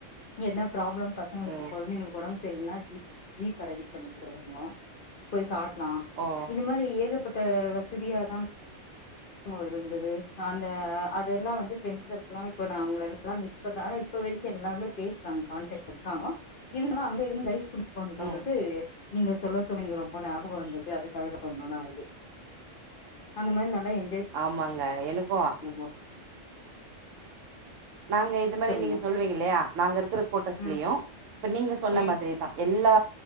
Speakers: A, on the left (about 50°); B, on the right (about 80°).
A: என்ன ப்ராப்ளம் பசங்களுக்கு
B: ம்
A: குழந்தைங்களுக்கு உடம்பு சரில்லனா ஜீப்-ஜீப் அரேஞ்ச் பண்ணி <unintelligible> போய் கா லா
B: ஓ
A: இது மாரி ஏகப்பட் ட வசதியாதான் <unintelligible> இருந்தது அந்த அதெல்லாம் வந்து பிரெண்ட்ஸ் சர்க்களா இப்ப நா அவங்கள எல்லாம் மிஸ் பண்ற ஆன இப்ப வரைக்கும் எல்லாருமே பேசுறாங்க கான்டெக் இருக்காங்கோ இருந்தாலு அங்க இருந்தா லைப் மிஸ் பண்றோ
B: ம்
A: <unintelligible> நீங்க சொல்ல-சொல்ல ரொம்ப ஞாபக வந்தது அதுக்காக தா சொன்ன நா இது அந்த மாதிரி நல்லா எ
B: ஆமாங்க எனக்
A: <unintelligible>
B: நாங்க இது மாதிரி
A: சொல்லுங்க
B: நீங்க சொல்வீங்க இல்லையா நாங்க இருக்கிற கோட்ரஸ்லயு
A: ம்
B: இப்ப நீங்க சொன்ன
A: ம்
B: மாதிரிதான் எ எல்லா